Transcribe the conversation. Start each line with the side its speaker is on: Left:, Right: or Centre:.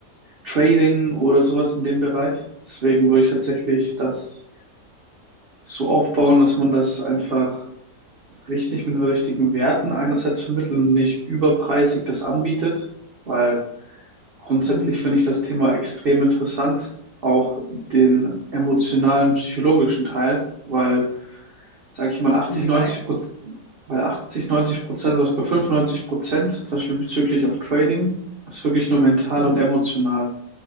Right: Trading oder sowas in dem Bereich. Deswegen würde ich tatsächlich das so aufbauen, dass man das einfach richtig mit den richtigen Werten einerseits vermitteln und nicht überpreisig das anbietet, weil grundsätzlich
Left: Mhm.
Right: finde ich das Thema extrem interessant, auch den emotionalen, psychologischen Teil, weil, sage ich mal, achtzig
Left: Inwieweit?
Right: neunzig Prozent, weil 80 90 Prozent oder sogar 95 Prozent, zum Beispiel bezüglich auf Trading, ist wirklich nur mental
Left: Mhm.
Right: und emotional,